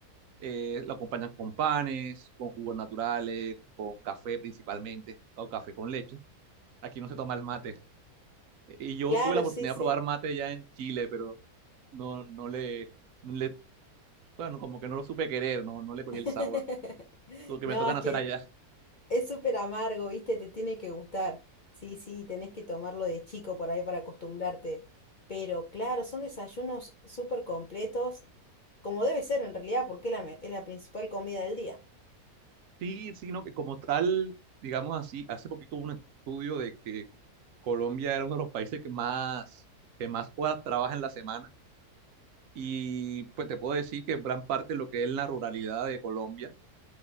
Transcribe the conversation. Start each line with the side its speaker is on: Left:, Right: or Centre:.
Right: eh, lo acompañan con panes, con jugos naturales, con café principalmente, o café con leche. Aquí no se toma el mate. Eh, Y yo
Left: Claro,
Right: tuve la oportunidad
Left: sí, sí.
Right: de probar mate ya en Chile, pero no, no le, no le, bueno, como que no lo supe querer, no, no le cogí
Left: <laughs>
Right: el sabor. Lo que
Left: No,
Right: me tocan
Left: es
Right: hacer
Left: que
Right: allá.
Left: es súper amargo, ¿viste? Te tiene que gustar. Sí, sí, tenés que tomarlo de chico por ahí para acostumbrarte. Pero claro, son desayunos súper completos, como debe ser en realidad, porque es la, me- es la principal comida del día.
Right: Sí, sí, no, que como tal, digamos así, hace poquito hubo un estudio de que Colombia era uno de los países que más, que más horas trabaja en la semana. Y pues te puedo decir que gran parte de lo que es la ruralidad de Colombia